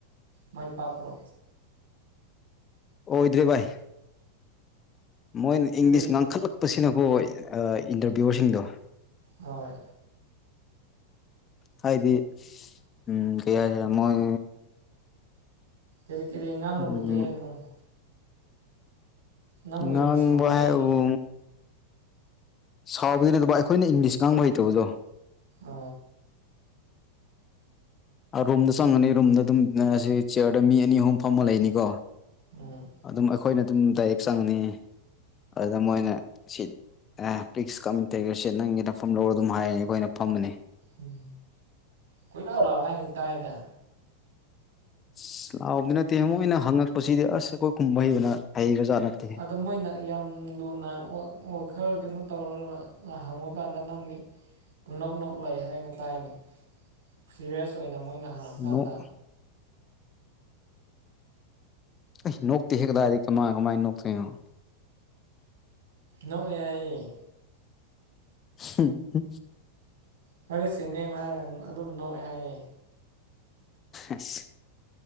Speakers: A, on the right; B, on the left.
A: ꯃꯥꯏ ꯄꯥꯛꯄ꯭ꯔꯣ
B: ꯑꯣꯏꯗ꯭ꯔꯦꯚꯥꯏ ꯃꯣꯏꯅ ꯏꯪꯂꯤꯁ
A: ꯀꯔꯤ
B: ꯉꯥꯡꯈꯠꯂꯛꯄꯁꯤꯅꯀꯣ ꯏꯟꯇꯔꯚꯤꯌꯔꯁꯤꯡꯗꯣ
A: ꯍꯣꯏ
B: ꯍꯥꯏꯗꯤ ꯎꯝ ꯀꯩ ꯍꯥꯏꯁꯦ ꯃꯣꯏ
A: ꯀꯔꯤ ꯀꯔꯤꯅꯥ <unintelligible>
B: ꯎꯝ
A: ꯅꯪꯕꯨ
B: ꯉꯥꯡꯕ
A: ꯌꯥꯝ ꯁꯥꯎꯋꯦ ꯍꯥꯏꯅꯦ
B: ꯍꯥꯏꯕꯕꯨ ꯁꯥꯎꯕꯒꯤ ꯑꯗꯨꯕꯥ ꯑꯩꯈꯣꯏꯅ ꯏꯪꯂꯤꯁ ꯉꯥꯡꯕ ꯍꯩꯇꯕꯗꯣ
A: ꯑ
B: ꯔꯨꯝꯗ ꯆꯪꯉꯅꯤ ꯔꯨꯝꯗ ꯑꯗꯨꯝ ꯁꯤ ꯆꯤꯌꯔꯗ ꯃꯤ ꯑꯅꯤ ꯑꯍꯨꯝ ꯐꯝꯃ ꯂꯩꯅꯤꯀꯣ
A: ꯎꯝ
B: ꯑꯗꯨꯝ ꯑꯩꯈꯣꯏꯅ ꯑꯗꯨꯝ ꯗꯥꯏꯔꯦꯛ ꯆꯪꯉꯅꯤ ꯑꯗꯨꯗ ꯃꯣꯏꯅ ꯁꯤꯠ ꯑꯦ ꯄ꯭ꯛꯁ ꯀꯁꯦ ꯅꯪꯒꯤꯅꯐꯝ ꯂꯧꯔꯒ ꯑꯗꯨꯝ ꯍꯥꯏꯔꯅꯤ ꯑꯩꯈꯣꯏꯅ ꯐꯝꯕꯅꯦ
A: ꯎꯝ ꯀꯣꯏꯔꯥꯎ ꯂꯥꯎ ꯍꯥꯏꯅ ꯇꯥꯏꯗ
B: ꯑꯁ ꯂꯥꯛꯕꯗꯤ ꯅꯠꯇꯦ ꯃꯣꯏꯅ ꯍꯪꯉꯛꯄꯁꯤꯗꯤ ꯑꯁ ꯑꯩꯈꯣꯏ ꯈꯨꯝꯕ ꯍꯩꯕꯅ ꯍꯩꯕꯖꯥꯠ ꯅꯠꯇꯦ
A: ꯑꯗꯨ ꯃꯣꯏꯅ ꯌꯥꯝ ꯂꯨꯅ ꯈꯔ ꯀꯩꯅꯣ ꯇꯧꯔꯒ ꯍꯪꯉꯣꯏ ꯀꯥꯟꯗ ꯅꯪꯗꯤ ꯄꯨꯡꯅꯣꯛ ꯅꯣꯛ ꯂꯩ ꯍꯥꯏꯅ ꯇꯥꯏꯅꯦ ꯁꯤꯔꯦꯁ ꯑꯣꯏꯅ ꯃꯣꯏꯅ ꯍꯪꯂꯛꯀꯥꯟꯗ
B: ꯅꯣꯛ ꯑꯁ ꯅꯣꯛꯇꯦꯍꯦ ꯀꯗꯥꯏꯗꯩꯩ ꯀꯃꯥꯏ ꯀꯃꯥꯏ ꯅꯣꯛꯇꯣꯏꯅꯣ
A: ꯅꯣꯛꯑꯦ ꯍꯥꯏꯌꯦ
B: ꯍꯨꯝ ꯍ
A: ꯍ꯭ꯋꯥꯠ ꯏꯁ ꯏꯌꯣꯔ ꯅꯦꯝ ꯍꯥꯏꯔ ꯑꯗꯨꯝ ꯅꯣꯛꯑꯦ ꯍꯥꯏꯌꯦ
B: ꯑꯁ